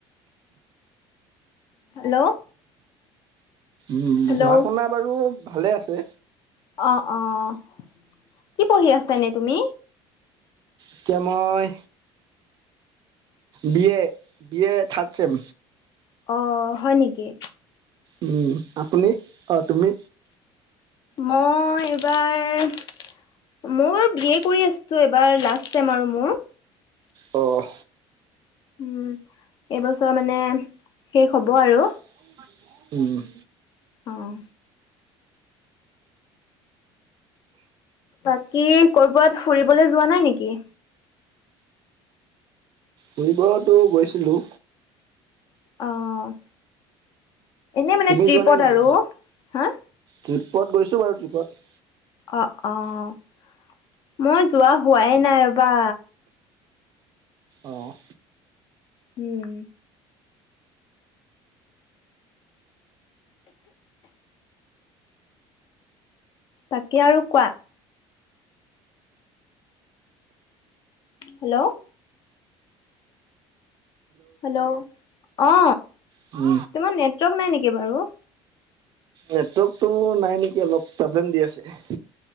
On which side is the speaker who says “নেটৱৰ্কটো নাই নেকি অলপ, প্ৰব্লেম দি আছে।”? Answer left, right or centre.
Right